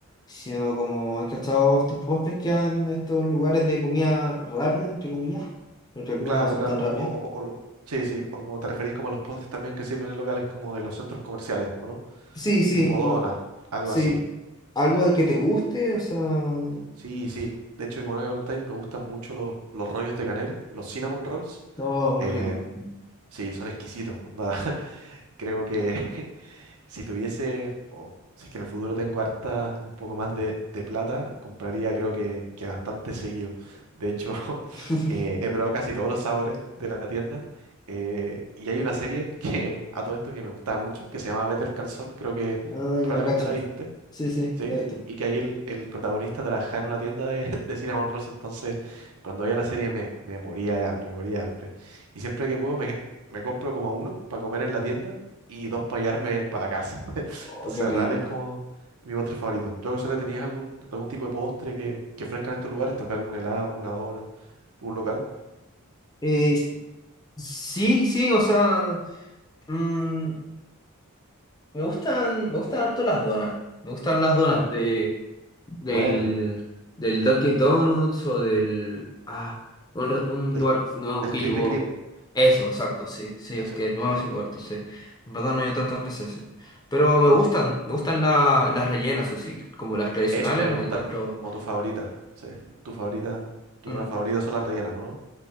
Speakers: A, on the left (about 20°); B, on the right (about 85°).
A: sino como, he cachado estos postres que hay en estos lugares de comida rápida, entre comillas, porque algunos
B: claro,
A: no son
B: claro.
A: tan rápidas.
B: O, o- o- o lo- sí, sí. O como te referís como a los postres también que sirven en locales como de los centros comerciales, ¿o no?
A: Sí, sí,
B: Tipo donas,
A: no-
B: algo
A: sí,
B: así.
A: algo de que te guste, o sea, no,
B: Sí, sí. De hecho, como no que preguntáis, me gustan mucho los, los rollos de canela, los cinnamon rolls.
A: muy
B: Eh,
A: rico.
B: sí, son exquisitos. Onda, <laughs> creo que <laughs> Si tuviese, o si es que en el futuro tengo harta, un poco más de, de plata, compraría creo que, que bastante seguido. De hecho, <laughs>
A: <laughs>
B: eh, he probado casi todos los sabores de la tienda. eh, y hay una serie que <laughs> a todo esto que me gustaba mucho, que se llama Better Call Saul, creo que
A: Ah,
B: probablemente
A: ya la cacho.
B: la viste,
A: Sí, sí,
B: ¿sí?
A: lo he visto.
B: Y que ahí el, el protagonista trabajaba en una tienda de, <laughs> de cinnamon rolls, entonces cuando veía la serie me, me moría de hambre, me moría de hambre. Y siempre que puedo me, me compro como uno para comer en la tienda y dos para llevarme para la casa. <laughs>
A: Oh,
B: Entonces,
A: qué rico.
B: real es como mi postre favorito. ¿Tú acaso le tenías algún, algún tipo de postre que, que ofrezcan estos lugares? Tal vez algún helado, alguna dona, un local.
A: Eh, sí, sí, o sea, mm, Me gustan, me gustan harto las donas. Me gustan las donas de,
B: Sí.
A: del,
B: Buena,
A: del Dunkin' Donuts o del... Ah, un, re- un
B: del,
A: lugar nuevo
B: del
A: que
B: Krispy
A: llegó.
B: Kreme.
A: Eso, exacto, sí. Sí,
B: Ese,
A: es que es nuevo
B: sí.
A: ese lugar, entonces... En verdad no he ido tantas veces. eh. Pero me
B: Y
A: gustan, me gustan la- las rellenas, o sí. Como las tradicionales,
B: eso te iba a preguntar,
A: las encuentro...
B: como tu favorita. Sí, tu favorita, tu
A: Mm.
B: dona favorita son las rellenas, ¿o no?